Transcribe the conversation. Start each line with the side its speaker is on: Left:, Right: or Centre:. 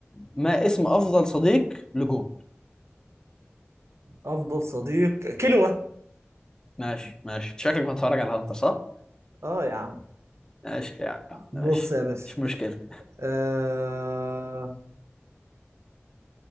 Left: ما اسم افضل صديق لجون
Right: افضل صديق كلوة
Left: ماشي ماشي شكلك بتتفرج على هانتر صح؟
Right: اه يا عم
Left: ماشي يا عم
Right: بص
Left: ماشي
Right: يا باشا
Left: مش مشكلة
Right: أه...